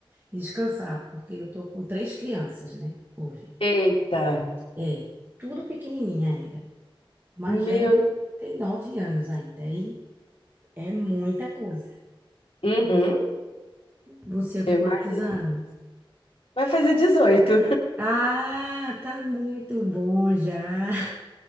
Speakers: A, on the right; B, on the left.
A: e descansar, porque eu tô com três crianças, né, hoje.
B: Eita,
A: É, tudo pequenininha ainda. O mais
B: meu.
A: velho tem nove anos ainda, e é muita coisa.
B: Uhum,
A: Você tem
B: eu
A: quantos
B: imagino.
A: anos?
B: Vai fazer 18.
A: Ah, tá muito bom já. <laughs>